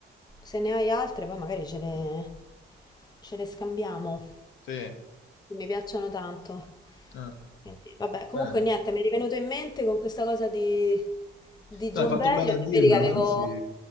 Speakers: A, on the left; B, on the left.
A: Se ne hai altre, poi magari ce le, ce le scambiamo.
B: Sì.
A: Mi piacciono tanto.
B: Ah,
A: Quindi, vabbè, comunque
B: va bene.
A: niente, mi è rivenuto in mente con questa cosa di, di John
B: No, hai fatto
A: Bellion,
B: bene a dirmelo,
A: vedi che avevo,
B: anzi,